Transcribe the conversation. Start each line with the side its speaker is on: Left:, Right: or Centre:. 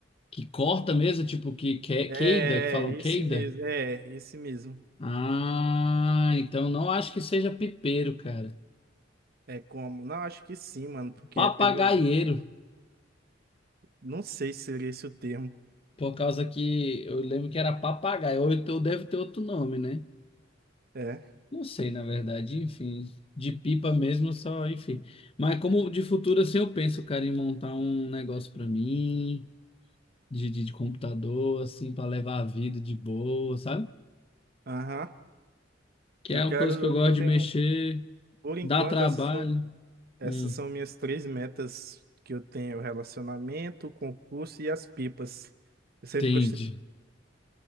Left: Que corta mesmo, tipo que, que
Right: É,
Left: queida, que falam
Right: esse
Left: queida.
Right: mesmo, é, esse mesmo.
Left: Ah, então não acho que seja pipeiro, cara.
Right: É como? Não, acho que sim, mano, porque
Left: Papagaieiro.
Right: é pelo. Não sei se seria esse o termo.
Left: Por causa que eu lembro que era papagaio, ou então deve ter outro nome, né?
Right: É.
Left: Não sei, na verdade, enfim. De pipa mesmo, só, enfim. Mas como de futuro, assim, eu penso, cara, em montar um negócio pra mim, de, de, de computador, assim, pra levar a vida de boa, sabe?
Right: Aham.
Left: Que
Right: Eu
Left: é
Right: quero,
Left: uma coisa que eu gosto
Right: eu tenho,
Left: de mexer,
Right: por enquanto,
Left: dá trabalho.
Right: essas são, essas
Left: Hum,
Right: são minhas três metas que eu tenho: é o relacionamento, o concurso e as pipas. Eu sempre
Left: entendi.
Right: gostei.